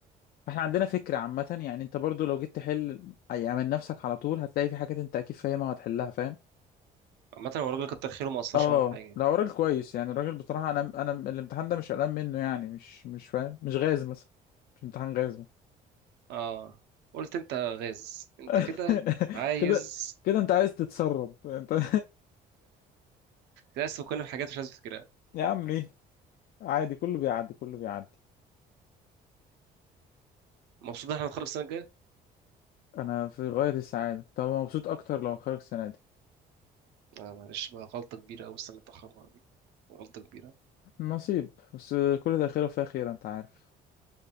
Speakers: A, on the left; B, on the right.
A: فاحنا عندنا فكره عامه يعني انت برضه لو جيت تحل يعني من نفسك على طول هتلاقي في حاجات انت اكيد فاهمها وهتحلها فاهم
B: عامه هو الراجل كتر خيره ما اثرش
A: اه
B: معانا في حاجه يعني.
A: لا هو راجل كويس يعني الراجل بصراحة انا انا الامتحان ده مش قلقان منه يعني مش مش فاهم مش غاز مثلا مش امتحان غاز مثلا
B: اه قلت انت غاز انت
A: <laughs>
B: كده عايز
A: كده كده انت عايز تتسرب انت <laughs>
B: للأسف كنا في حاجات مش عايز أفتكرها
A: يا عمي عادي كله بيعدي كله بيعدي
B: مبسوط إن إحنا هنتخرج السنة الجاية؟
A: انا في غاية السعادة كنت هبقى مبسوط اكتر لو اتخرج السنة دي
B: آه معلش بقى غلطة كبيرة أوي السنة اللي اتأخرنا دي غلطة كبيرة
A: نصيب بس كل ده خير وفيه خير انت عارف